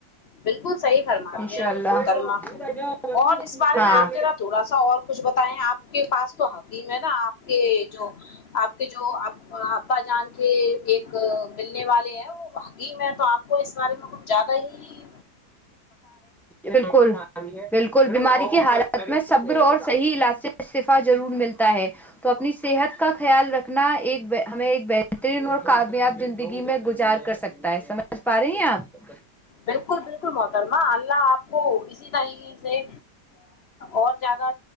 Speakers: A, on the left (about 60°); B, in the centre.
A: بالکل صحیح فرماری
B: انشاء
A: ہیں
B: اللہ
A: محترمہ اور اس بارے
B: ہاں
A: میں آپ ذرا تھوڑا سا اور کچھ بتائیں آپ کے پاس تو حقیم ہے نا آپ کے جو آپ کے جو ابا جان کے ایک ملنے والے ہیں وہ حکیم ہے تو آپ کو اس بارے میں کچھ زیادہ ہی
B: بالکل بالکل بیماری کی حالت میں صبر اور صحیح علاج سے استعفیہ ضرور ملتا ہے تو اپنی صحت کا خیال رکھنا ایک ہمیں ایک بہترین اور کامیاب زندگی میں گزار کر سکتا ہے سمجھ پا رہی ہیں آپ
A: بالکل بالکل محترما اللہ آپ کو اسی طریقے سے اور زیادہ